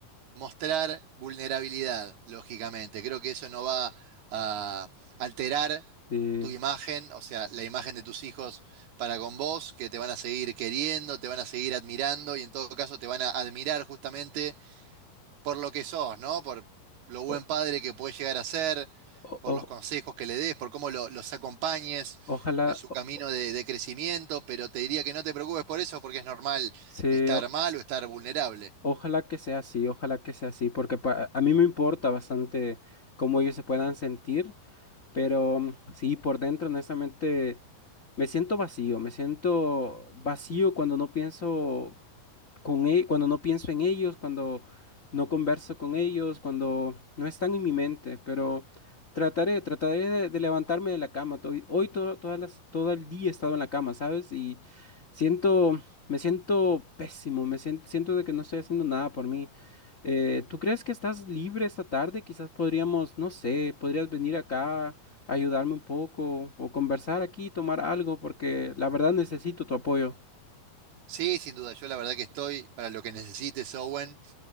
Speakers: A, on the right; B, on the left.
A: mostrar vulnerabilidad, lógicamente. Creo que eso no va a alterar
B: Eh,
A: tu imagen, o sea, la imagen de tus hijos para con vos, que te van a seguir queriendo, te van a seguir admirando y en todo caso te van a admirar justamente por lo que sos, ¿no? Por lo buen
B: o-
A: padre que puedes llegar a ser,
B: o-
A: por
B: o-
A: los consejos que le des, por cómo lo- los acompañes
B: ojalá,
A: en su
B: o-
A: camino
B: o-
A: de, de crecimiento, pero te diría que no te preocupes por eso porque es normal
B: se-
A: estar
B: o-
A: mal o estar vulnerable.
B: ojalá que sea así, ojalá que sea así, porque pa- a mí me importa bastante cómo ellos se puedan sentir Pero sí, por dentro, honestamente, me siento vacío, me siento vacío cuando no pienso con e- cuando no pienso en ellos, cuando no converso con ellos, cuando no están en mi mente, pero trataré, trataré de, de levantarme de la cama. To- Hoy, todo, todas las, todo el día he estado en la cama, ¿sabes? Y siento, me siento pésimo, me siento, siento de que no estoy haciendo nada por mí. Eh, ¿tú crees que estás libre esta tarde? Quizás podríamos, no sé, podrías venir acá, ayudarme un poco o conversar aquí, tomar algo, porque la verdad necesito tu apoyo.
A: Sí, sin duda, yo la verdad que estoy para lo que necesites, Owen.